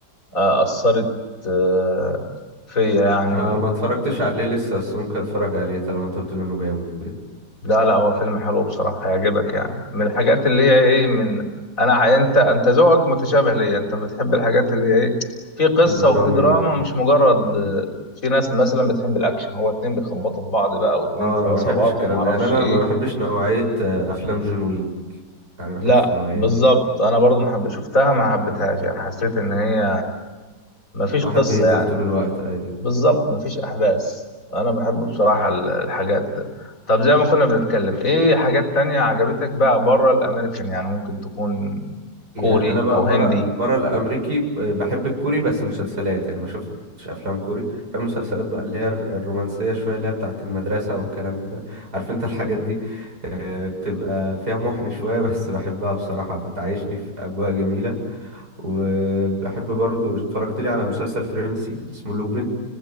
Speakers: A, on the left (about 55°); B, on the right (about 70°).
A: آه، اثرت آه، فيا يعني
B: انا ما اتفرجتش عليه لسه بس ممكن اتفرج عليه طالما انت بتقول انه جامد وكده
A: لا لا هو فيلم حلو بصراحة هيعجبك يعني من الحاجات اللي هي ايه من انا انت انت ذوقك متشابه ليا انت بتحب الحاجات اللي هي ايه في قصة
B: الدرامية
A: وفي دراما
B: ايوه
A: مش مجرد
B: مم.
A: آه، في ناس مثلا بتحب الاكشن هو اتنين بيخبطوا في بعض بقى واتنين
B: اه
A: في
B: انا
A: عصابات
B: ما بحبش الكلام
A: وما اعرفش
B: ده يعني انا
A: ايه
B: ما بحبش نوعية آه، افلام جون ويك يعني ما
A: لا
B: بحبش النوعية
A: بالظبط
B: دي
A: انا برضو ما حب شفتها ما حبيتهاش يعني حسيت ان هي ما فيش
B: واحد
A: قصة
B: بيقتل
A: يعني
B: طول الوقت ايوه
A: بالظبط مفيش احداث انا بحب بصراحة ال- الحاجات طب زي ما كنا بنتكلم ايه حاجات تانية عجبتك بقى بره الامريكان يعني ممكن تكون
B: يعني
A: كوري
B: انا بقى
A: او
B: بره
A: هندي
B: بره الامريكي ب- بحب الكوري بس مسلسلات يعني ما شفتش افلام كوري بحب مسلسلات بقى اللي هي الر- الرومانسيه شويه اللي هي بتاعه المدرسه والكلام ده عارف انت الحاجات دي آه، بتبقى فيها محن شويه <laughs> بس بحبها بصراحه بتعيشني في اجواء جميله وبحب برضو اتفرجت لي على مسلسل فرنسي اسمه لوبين